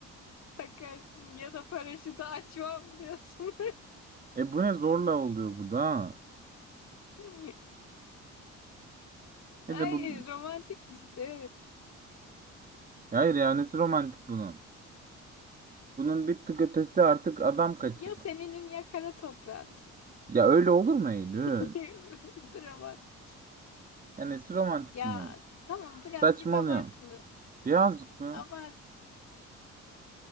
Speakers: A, on the left (about 60°); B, on the right (about 30°).
A: takarsın ya da paraşütü açmam diyorsun.
B: E bu ne zorla oluyor bu da. ha?
A: <laughs>
B: Ya da
A: Ay
B: bu
A: romantik işte.
B: Ya hayır ya nesi romantik bunun? Bunun bir tık ötesi artık adam kaçırma.
A: Ya seninim ya kara toprağın işte.
B: Ya öyle olur mu Eylül?
A: <laughs> Dramatik.
B: Ya nesi romantik
A: Ya,
B: bunun?
A: tamam birazcık
B: Saçmalıyorsun.
A: abartılı.
B: Birazcık mı?
A: Abart